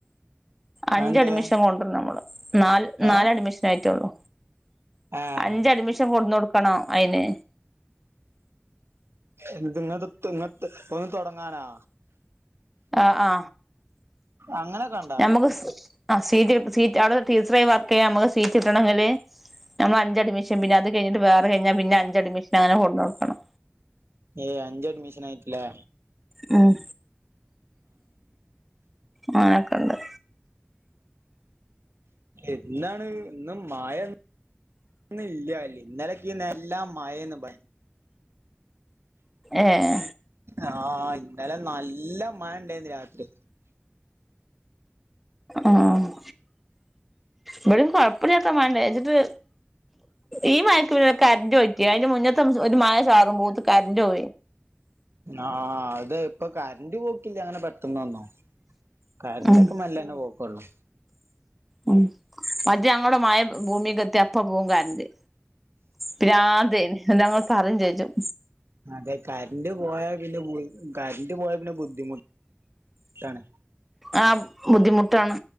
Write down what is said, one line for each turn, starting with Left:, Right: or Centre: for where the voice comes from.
Centre: അഞ്ച്
Right: അതെന്തേ
Centre: അഡ്മിഷൻ കൊടൊര്ന്നം നമ്മള് നാല്
Right: ഏഹ്
Centre: നാല് അഡ്മിഷൻ ആയിട്ടൊള്ളു.
Right: ആഹ്
Centre: അഞ്ച് അഡ്മിഷൻ കൊട്ന്നൊ ട്ക്കണം അയ്ന്.
Right: എന്ത് <unintelligible> ഒന്ന് തുടങ്ങാനാ
Centre: ആഹ് ആ
Right: അങ്ങനൊക്കെണ്ടാ
Centre: നമ്മക്ക് ആ സീറ്റ് സീറ്റ് അവിടെ ടീച്ചയായി വർക്ക് ചെയ്യാൻ നമ്ക്ക് സീറ്റ് കിട്ടണെങ്കില് നമ്മൾ അഞ്ച് അഡ്മിഷൻ പിന്നെ അത് കയ്ഞ്ഞ്ട്ട് വേറെ കയ്ഞ്ഞാ പിന്നെ അഞ്ച് അഡ്മിഷൻ അങ്ങനെ കൊണ്ടോട്ക്കണം.
Right: ഏ അഞ്ച് അഡ്മിഷനായിട്ട്ല്ലേ.
Centre: മ്. അങ്ങനൊക്കെണ്ട്.
Right: എന്നാണ് ഇന്ന് മയ ന്നില്ല ഇന്ന ലൊക്കേനി നല്ല മഴേന്ന് ഇബ
Centre: ഏഹ്
Right: ആഹ് ഇന്നലെ നല്ല മഴണ്ടായിന്ന് രാത്രി.
Centre: ആഹ് ആഹ് ഇവിടം കൊഴപ്പില്ലാത്ത മഴ ണ്ടായി നി എന്നിച്ചിട്ട്. ഈ മഴക്ക് പിന്നെ കറന്റ് പോയിട്ട് അതിന് മുന്നേത്തെ ഒരു മഴ ചാറും പോത്ത് കറന്റ് പോ
Right: ആ ഹ് അത് ഇപ്പൊ കറന്റ് പോക്കില്ല അങ്ങനെ പെട്ടന്നൊന്നും. കറന്റെക്കെ
Centre: ഉം
Right: മല്ലന്നെ പോ കൊള്ളൂ.
Centre: ഉം മറ്റേ ഞങ്ങളോടെ മഴ ഭൂമിക്ക് എത്തി യാ അപ്പ പോവും കറണ്ട്. പ്രാന്തെയ് ഇന്നിട്ട് ഞങ്ങൾ പറയും ചെയ്യും.
Right: അതെ കറണ്ട്റ് പോയാൽ പിന്നെ കറന്റ് പോയാൽ പിന്നെ ബുദ്ധിമുട്ടാണ്.
Centre: ആഹ ബുദ്ധിമുട്ടാണ്